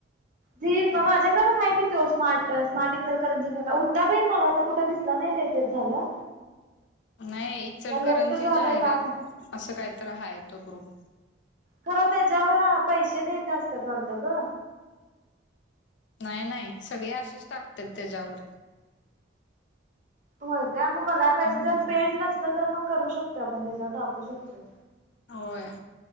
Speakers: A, on the right; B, on the left.
A: जी म माझ्याकडे पण हाय की तो स्मार्ट स्मार्ट इचलकरंजीचा, <unintelligible> मला कुठ दिस नाही लई दिवस झालं.
B: नाही, इचलकरंजी
A: का लेफ्ट झालंय
B: जाहिरात
A: काय माहित
B: असं काहीतर हाय तो ग्रुप.
A: खरं त्याच्यावर पैसे द्यायचे असतात वाटतं ग.
B: नाही नाही, सगळे अशेच टाकत्यात त्याज्यावर.
A: होय का? मग बघाय पाहिजे,
B: हम्म.
A: जर पेड नसलं तर मग करू शकतोय आपण त्याच्यावर टाकू शकतो.
B: होय.